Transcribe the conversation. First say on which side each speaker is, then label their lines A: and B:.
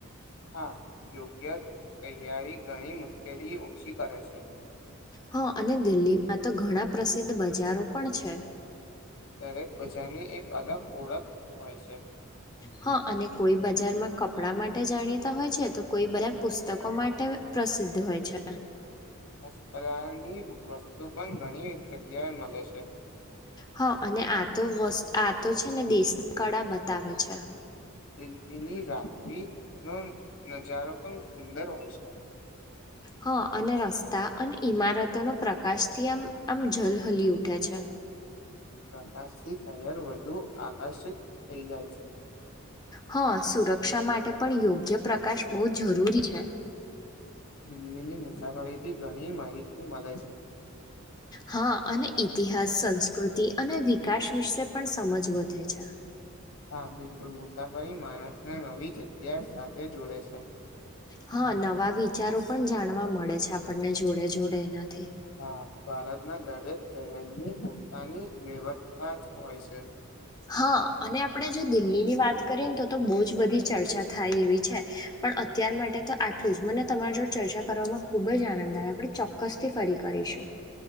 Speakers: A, on the left; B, on the left.
A: હા યોગ્ય તૈયારી ઘણી મુશ્કેલી ઓછી કરે છે.
B: હા અને દિલ્હીમાં તો ઘણા પ્રસિદ્ધ બજારો પણ છે.
A: દરેક બજારની એક અલગ ઓળખ હોય છે.
B: હા અને કોઈ બજારમાં કપડા માટે જાણીતા હોય છે તો કોઈ બજાર પુસ્તકો માટે પ્ર પ્રસિદ્ધ હોય છે.
A: હસ્પદાર ની ના વસ્તુ પણ ઘણી જગ્યાએ મળે છે.
B: હા અને આ તો વસ આ તો છે ને દેશની કળા બતાવે છે.
A: <unintelligible> ની રાતિ નો નજારો પણ સુંદર હોય છે.
B: હ અને રસ્તા અને ઈમારતોનો પ્રકાશથી આમ આમ જલહલી ઉઠે છે.
A: પ્રકાશથી શહેર વધુ આકર્ષિત થઈ જાય છે.
B: હ, સુરક્ષા માટે પણ યોગ્ય પ્રકાશ બહુ જરૂરી છે.
A: દિલ્હીની મુસાફરીથી ઘણી માહિતી મલે છે.
B: હા અને ઇતિહાસ, સંસ્કૃતિ અને વિકાસ વિશે પણ સમજ વધે છે.
A: હા, બિલકુલ મુસાફરી માણસને નવી જગ્યા સાથે જોડે છે.
B: હા, નવા વિચારો પણ જાણવા મળે છે આપણને જોડે જોડે એના
A: હા, ભારતના દરેક શહેરની પોતાની વ્યવ થાજ હોય છે.
B: હા, અને આપણે જે દિલ્હીની વાત કરીએ ને તોતો બહુ જ બધી ચર્ચા થાય એવી છે પણ અત્યાર માટે તો આટલું જ મને તમારા જોડ ચર્ચા કરવામાં ખૂબ જ આનંદ આવે આપણે ચોક્કસથી ફરી કરીશું. <inaudible>